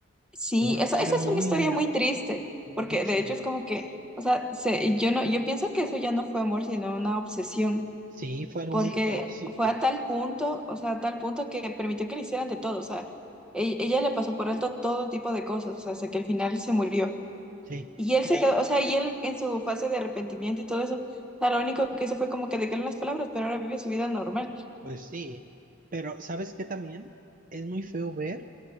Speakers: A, in the centre; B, on the right (about 40°).
A: Sí,
B: Era,
A: esa,
B: era
A: esa es
B: muy,
A: una historia muy triste,
B: mucho.
A: porque de hecho es como que, o sea, se- yo no, yo pienso que eso ya no fue amor, sino una obsesión.
B: Sí, fue algo
A: porque
B: muy tóxico.
A: fue a tal punto, o sea, a tal punto que permitió que le hicieran de todo, o sea, e- ella, le pasó por alto todo tipo de cosas, o sea, hasta que al final se murió.
B: Sí,
A: Y él
B: y,
A: se quedó, o sea, y él en su fase de arrepentimiento y todo eso, o sea, lo único que hizo fue como que dejarle las palabras, pero ahora vive su vida normal.
B: pues sí. Pero, ¿sabes qué también? Es muy feo ver